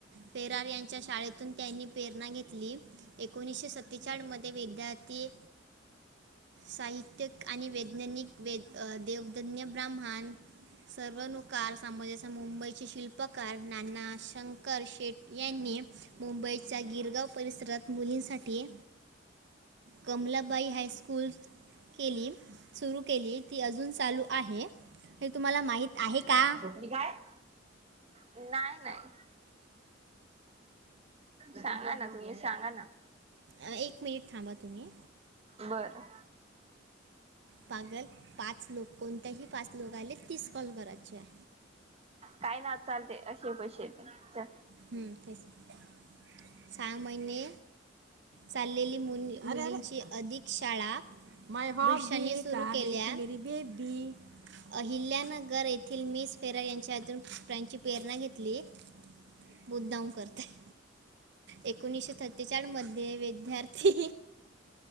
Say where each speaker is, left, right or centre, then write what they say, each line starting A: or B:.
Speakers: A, on the right; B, on the right.
A: फेरार यांच्या शाळेतून त्यांनी प्रेरणा घेतली. एकोणीसशे सत्तेचाळ मध्ये विद्यार्थी साहित्यिक आणि वैज्ञानिक व देवदजञ ब्राह्मण. सर्व नुकार सामाजाचा मुंबई ची शिल्पकार नाना शंकर शेट यांनी मुंबईच्या गिरगाव परिसरात मुलींसाठी कमलाबाई हायस्कूल केली सुरू केली ती अजून चालू आहे. हे तुम्हाला माहित आहे का?
B: हे काय? नाही नाही सांगा ना तुम्ही. सांगा ना.
A: अ एक मिनिट थांबा तुम्ही.
B: बरं.
A: पागल पाच लोक कोणतेही पाच लोकाले तीस कॉल करायची आहे.
B: काय ना चालते असे पैशे येते.
A: हम्म तेच सहा महिने. चाललेली मुलींची अधिक शाळा माय हॉबी सुरू केल्या मेरी बेबी. अहिल्यानगर येथील मिस फेरार यांच्या अजून कप्रांची प्रेरणा घेतली. मुद्दाम करतेय. एकोणीसशे सत्तेचाळ मध्ये विद्यार्थी